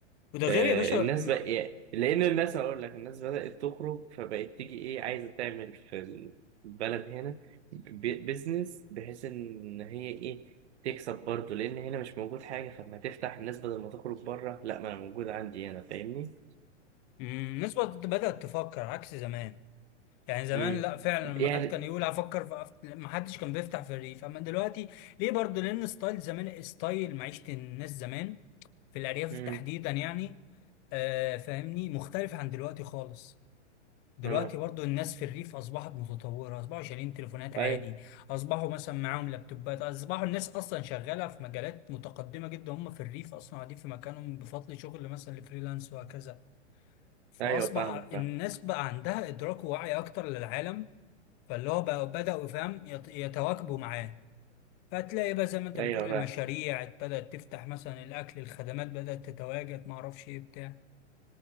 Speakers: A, on the left; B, on the right.
A: وده
B: آه
A: غير يا باشا
B: الناس
A: ما-
B: بقى يعني لان الناس هقول لك الناس بدأت تخرج فبقت تيجي ايه عايزه تعمل في البلد هنا ب- بيزنس بحيث ان هي ايه تكسب برضه لان هنا مش موجود حاجه فلما تفتح الناس بدل ما تخرج بره لا ما انا موجود عندي هنا فاهمني
A: مم، الناس بقت- بدأت تفكر عكس زمان يعني زمان
B: امم
A: لا فعلا لما
B: يعني
A: حد كان يقول هفكر في أف- ما حدش كان بيفتح في الريف اما دلوقتي ليه برضه لان ستايل زمان ستايل معيشة الناس زمان في الارياف
B: امم
A: تحديدا يعني آه فاهمني مختلف عن دلوقتي خالص دلوقتي
B: اه
A: برضو الناس في الريف اصبحت متطوره اصبحوا شايلين تليفونات
B: ايوه
A: عادي اصبحوا مثلا معاهم لابتوبات اصبحوا الناس اصلا شغاله في مجالات متقدمه جدا هم في الريف اصلا قاعدين في مكانهم بفضل شغل مثلا الفريلانس وهكذا فاصبح
B: ايوه فاهمك فاهم
A: الناس بقى عندها ادراك ووعي اكتر للعالم فاللي هو بقى بدأوا فاهم يت- يتواكبوا معاه فتلاقي بقى زي ما انت
B: ايوه
A: بتقول المشاريع
B: فاهم
A: بدأت تفتح مثلا الأكل الخدمات بدأت تتواجد ما اعرفش ايه بتاع